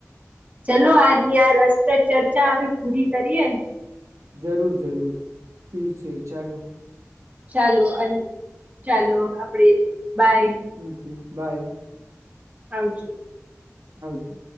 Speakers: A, on the right; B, on the right.
A: ચલો આજની આ રસપ્રદ ચર્ચા હવે પૂરી કરીએ.
B: જરૂર જરૂર ઠીક છે ચાલો
A: ચાલો અન ચાલો આપડે બાય
B: મુક્ય બાય
A: આવજો
B: આવજો